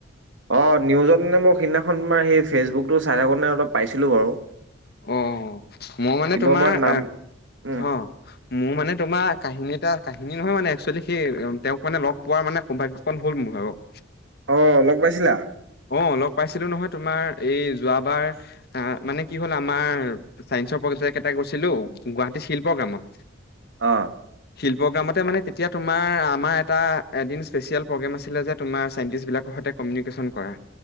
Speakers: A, on the right; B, on the left.
A: অ নিউজত মানে মই সেইদিনাখন তোমাৰ সেই ফেচবুকতটো চাই থাকো নে অলপ পাইছিলোঁ বাৰু
B: অ মই মানে
A: কিন্তু
B: তোমাৰ
A: মই নাম
B: এ
A: উম
B: অ মোৰ মানে তোমাৰ কাহিনী এটা কাহিনী নহয় মানে একচুৱেলি সেই তেওঁক মানে লগ পোৱাৰ মানে সৌভাগ্য কন হল মোৰ ভাগৰ
A: আহ লগ পাইছিলা
B: অ লগ পাইছিলো নহয় তোমাৰ এই যোৱাবাৰ মানে কি হ'ল আমাৰ ছাইন্সৰ প্ৰজেক্ কেইটা গৈছিলো গুৱাহাটী শিল্প গ্ৰামত।
A: আহ
B: শিল প্ৰগ্ৰামতে মানে তেতিয়া তোমাৰ আমাৰ এটা এদিন স্পেচিয়েল প্ৰগ্ৰেম আছিলে যে তোমাৰ ছাইণ্টিষ্টবিলাকৰ সতে কমিউনিকেশ্যন কৰা